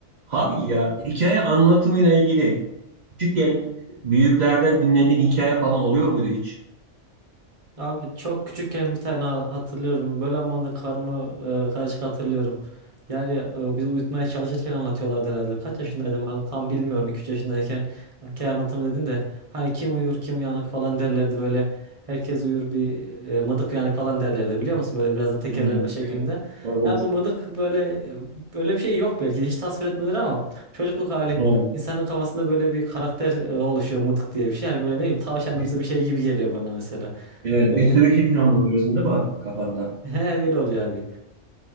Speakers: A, on the right; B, on the right.
A: Habil ya hikaye anlatımıyla ilgili küçükken büyüklerden dinlediğin hikaye falan oluyor muydu hiç?
B: Abi çok küçükken bir tane ha- hatırlıyorum. Böyle ama onu da karma e, karışık hatırlıyorum. Yani e, bizi uyutmaya çalışırken anlatıyorlardı herhalde. Kaç yaşındaydım abi? tam bilmiyorum. 2-3 yaşındayken hikaye anlatımı dedin de hani kim uyur kim uyanık falan derlerdi böyle. Herkes uyur bir e, mıdık uyanık falan derlerdi biliyor musun? Böyle biraz da tekerleme
A: Evet,
B: şeklinde.
A: evet. Evet.
B: Yani bu mıdık böyle e, böyle bir şey yok belki hiç tasvir etmediler ama çocukluk hali
A: Evet.
B: insanın kafasında böyle bir karakter e, oluşuyor mıdık diye bir şey. Yani böyle ne bileyim tavşanımsı
A: Bir,
B: bir şey gibi geliyor bana mesela.
A: evet,
B: E,
A: bir sürü şey canlandırıyorsun değil mi abi kafanda?
B: He öyle oluyor abi.